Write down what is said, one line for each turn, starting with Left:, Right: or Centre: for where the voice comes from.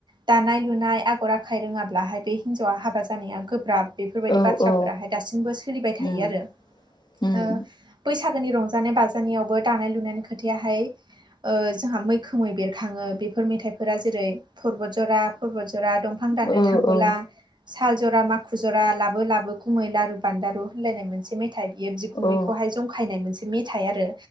Right: दानाय लुनाय आगर आखाय रोङाब्लाहाय बे हिन्जावा हाबा जानाया गोब्राब। बेफोरबायदि
Left: औ
Right: बाथ्राफोराहाय
Left: औ
Right: दासिमबो सोलिबाय थायो
Left: उम
Right: आरो
Left: उम
Right: ओ बैसागोनि रं जानाय बाजानायावबो दानाय लुनायनि खोथायाहाय ओ जोंहा मैखोमै बेरखाङो बेफोर मेथाइफोरा जेरै परबत जरा परबत जरा दंफां दाननो
Left: औ
Right: थांबोला
Left: औ
Right: साल जरा माखु जरा लाबो लाबो गुमै लारु बान्दारु होनलायनाय मोनसे मे थाइ बियो बिगुमैखौहाय
Left: औ
Right: जंखायनाय मोनसे मेथाइ आरो